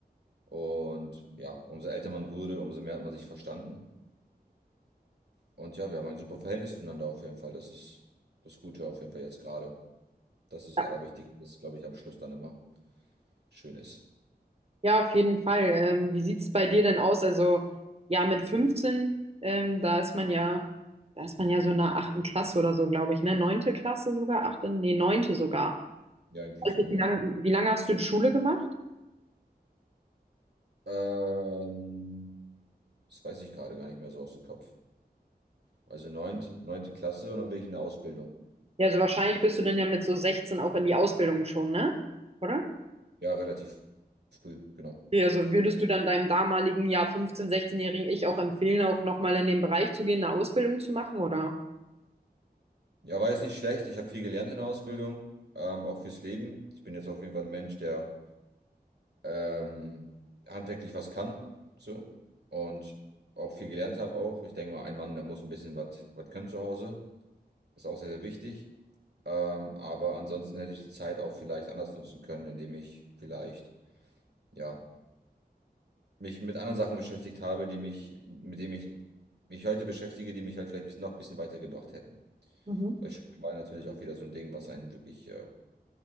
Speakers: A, on the right; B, on the right.
A: Und ja, umso älter man wurde, umso mehr hat man sich verstanden. Und ja, wir haben ein super Verhältnis zueinander auf jeden Fall. Das ist das Gute auf jeden Fall jetzt gerade. Das ist
B: Ja,
A: das Allerwichtigste, was, glaube ich, am Schluss dann immer schön ist.
B: Ja, auf jeden Fall. Ähm, wie sieht es bei dir denn aus? Also ja, mit 15, ähm, da ist man ja, da ist man ja so in der achten Klasse oder so, glaube ich, ne? Neunte Klasse sogar, achte, nee, neunte sogar.
A: Ja, irgendwie
B: Weiß
A: so,
B: nicht, Wie
A: ja.
B: lang, wie lange hast du die Schule gemacht?
A: Ähm, das weiß ich gerade gar nicht mehr so aus dem Kopf. Also neunt, neunte Klasse und dann bin ich in der Ausbildung.
B: Ja, also wahrscheinlich bist du dann ja mit so 16 auch in die Ausbildung schon, ne? Oder?
A: Ja, relativ früh, genau.
B: Okay, also würdest du dann deinem damaligen, ja, 15-, 16-jährigen Ich auch empfehlen, auch nochmal in den Bereich zu gehen, eine Ausbildung zu machen, oder?
A: Ja, war jetzt nicht schlecht. Ich habe viel gelernt in der Ausbildung, ähm, auch fürs Leben. Ich bin jetzt auf jeden Fall ein Mensch, der ähm, handwerklich was kann, so. Und auch viel gelernt habe auch. Ich denke mal, ein Mann, der muss ein bisschen was was können zu Hause. Das ist auch sehr, sehr wichtig. Ähm, aber ansonsten hätte ich die Zeit auch vielleicht anders nutzen können, indem ich vielleicht, ja, mich mit anderen Sachen beschäftigt habe, die mich, mit denen ich mich heute beschäftige, die mich halt vielleicht bis, noch ein bisschen weitergebracht hätten.
B: Mhm.
A: Weil Schule war natürlich auch wieder so ein Ding, was einen wirklich äh,